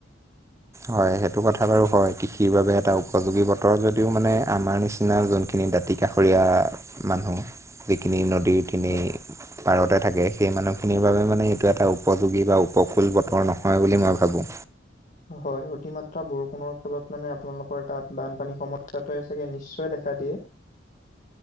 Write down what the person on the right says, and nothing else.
হয় সেইটো কথা বাৰু হয় কৃষিৰ বাবে এটা উপযোগী বতৰ যদিও মানে আমাৰ নিচিনা যোনখিনি দাঁতি কাষৰি মানু্হ যিখিনি নদীৰখিনি
পাৰতে থাকে সেই মানু খিনিৰ বাবে মানে এইটো এটা উপযোগী বা উপকূুল বতৰ নহয় বুলি মই ভাবোঁ।